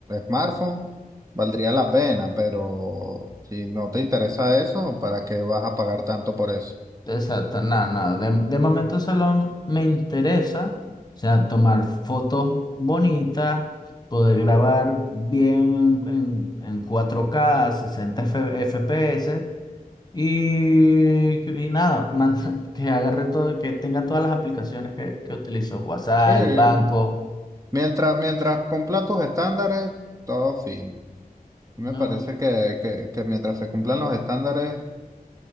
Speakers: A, on the right (about 20°); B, on the left (about 25°).
A: smartphones, valdría la pena, pero si no te interesa eso, ¿para qué vas a pagar tanto por eso?
B: Exacto, nada, nada. De, de momento solo me interesa, o sea, tomar fotos bonitas, poder grabar bien en, en cuatro k 60 F- FPS y, y nada, man- <laughs> que agarre todo, que tenga todas las aplicaciones que, que utilizo, WhatsApp,
A: Sí,
B: el banco.
A: mientras, mientras cumpla tus estándares, todo fino Me
B: No.
A: parece que, que, que mientras se cumplan los estándares